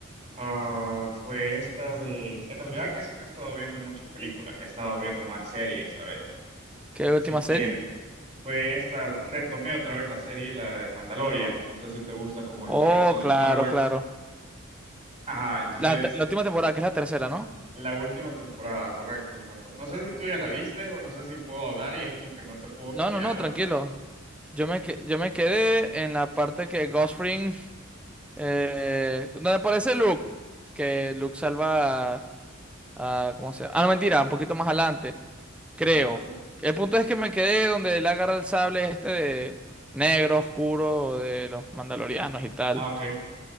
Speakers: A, on the right (about 25°); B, in the centre.
A: ah, fue esta de... En realidad casi no he estado viendo muchas películas, he estado viendo más series, ¿sabes?
B: ¿Qué
A: Así
B: última
A: que
B: serie?
A: pues esta retomé otra vez la serie, la de Mandalorian. No sé si te gusta como el
B: Oh,
A: universo de
B: claro,
A: Star Wars.
B: claro.
A: Ajá, entonces
B: La, te- la última temporada, que es la tercera, ¿no?
A: la última temporada, correcto, cuando no sé si tú ya la viste o no sé si puedo hablar y es como que no te puedo
B: No,
A: spoilear
B: no, no, tranquilo.
A: o
B: Yo me, que- yo me quedé en la parte que Ghost Fring, eh, donde aparece Luke, que Luke salva a, a- ¿cómo se llama? Ah, no, mentira, un poquito más adelante. creo.
A: Ajá.
B: El punto es que me quedé donde él agarra el sable este de negro oscuro de los mandalorianos y tal.
A: Ah, ok.